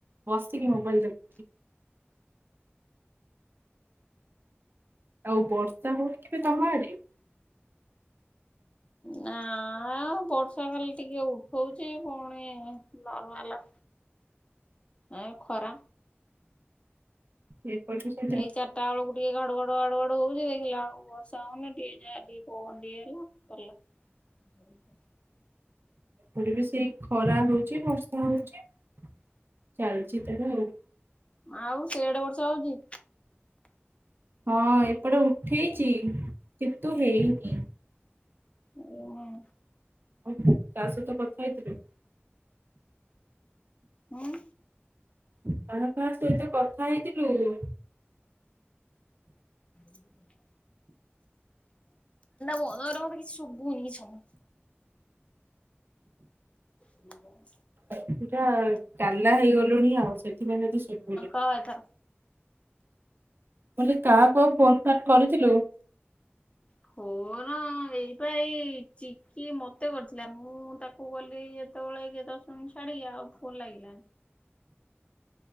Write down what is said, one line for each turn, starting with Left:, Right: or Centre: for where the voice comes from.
Right: ବସିକି ମୋବାଇଲ ଦେଖୁଛି। ଆଉ ବର୍ଷା ହଉନିକି ତମ ଆଡେ?
Left: ନାଆଁ ଆଉ ବର୍ଷା ଖାଲି ଟିକେ ଉଠଉଛି। ପୁଣି ନର୍ମାଲ ଏ ଖରା।
Right: ଏ ପରିମିସ
Left: ଏଇ ଚାରିଟା ଅଳୁକୁ ଟିକେ ଘଡ଼ୁଘ ର ଆଡ଼ୁଆଡ଼ୁ ହୋଉଚି ଦେଖିଲା ଅଳୁକୁ ବର୍ଷା ହଉନି ଟିକେ ଯାହା ଟିକେ ପବନ ଟିକେ ହେଲା ସରଲା। ଶୋଇଚି?
Right: ଉଡ଼ି ବି ସେଇ ଖରା ହଉଚି ବର୍ଷା ହଉଚି ଚାଲଚି ତାର ଆଉ।
Left: ଆଉ ସେ ଆଡ଼େ ବର୍ଷା ହଉଚି?
Right: ହଁ ଏପଟେ ଉଠେଇଚି କେତୁ ହେଇନି।
Left: ଏରୁଆଁ।
Right: ଆଉ ତା ସହିତ କଥା ହେଇଥିଲୁ?
Left: ଉଁ?
Right: କାହା କାହା ସହିତ କଥା ହେଇଥିଲୁ?
Left: ଫ୍ୟାନ୍ ଟା ବନ୍ଦ କରେ ମତେ କିଛି ଶୁବୁନି ସମୁ। ଇଏ ବଡ଼?
Right: ଇଟା କାଲା ହେଇଗଲୁଣି ଆଉ ସେଥିପାଇଁ ତତେ ଶୁବୁନି।
Left: ଅ ଏଥର
Right: ମୁଁ ଅଁଲି କାହାକୁ ଆଉ ଫୋନ୍ ଫାନ୍ କରିଥିଲୁ?
Left: ଫୋନ ହଁ ଏଇ ପା ଏଇ ଚିକି ମତେ କରିଥିଲା ମୁଁ ତାକୁ କଲି ଯେତୋଳେ କେତ ଉଁ ଛାଡି଼କି ଆଉ ଫୋନ୍ ଲାଗିଲାନି।